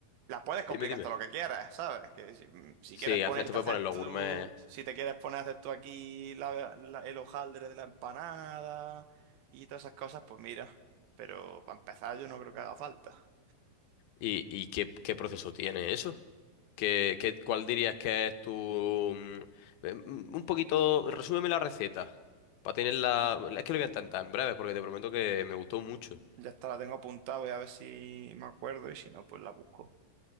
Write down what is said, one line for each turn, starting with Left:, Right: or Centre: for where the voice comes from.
Right: la puedes
Left: Dime,
Right: complicar
Left: dime.
Right: hasta lo que quieras, ¿sabes? Que si, mm, si
Left: Sí,
Right: quieres
Left: al
Right: ponerte
Left: final te puedes
Right: a hacer
Left: poner los
Right: tú,
Left: gourmet.
Right: si te quieres poner a hacer tú aquí la- la- el hojaldre de la empanada y todas esas cosas, pues mira. Pero para empezar yo no creo que haga falta.
Left: ¿Y, y qué, qué proceso tiene eso? ¿Qué, qué- cuál dirías que es tu... mm, eh, mm, Un poquito, resúmeme la receta. Para tenerla... Es que lo voy a intentar en breve porque te prometo que me gustó mucho.
Right: Ya está, la tengo apuntada, voy a ver si me acuerdo y si no, pues la busco.